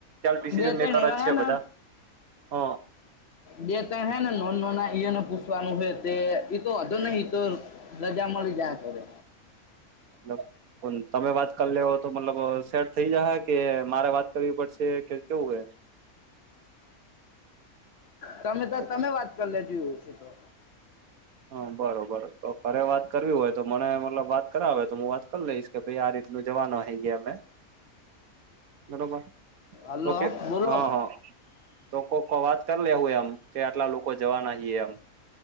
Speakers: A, on the right; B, on the left.
A: કેસીન
B: બે ત્રણ
A: મેકર
B: એવા
A: જ છે
B: હે
A: બધા
B: ને
A: હ.
B: બે ત્રણ હે ને નોન લોનનુંઈને પૂછવાનું હોય તે તો નહતો રજા મળી જયા કરે.
A: <unintelligible> તમે વાત કરી લે હો તો મતલબ સેટ થઇ જા કે મારે વાત કરવી પડશે કે કેવું હે?
B: તમે તો
A: હે
B: તમે વાત કર લ જોયું હશે તો.
A: હા બરોબર તો ઘરે વાત કરવી હોય તો મને મતલબ વાત કરાવ આવે તો હું વાત કરી લઈશ. કે ભાઈ આ રીત ન જવાનું અહી ગયા અમે, બરોબર.
B: હલો
A: તો કે
B: બોલો
A: હા હા. તો કોઈ વાત કરી લે હું એમ કે આટલા લોકો જવા નાએ એમ.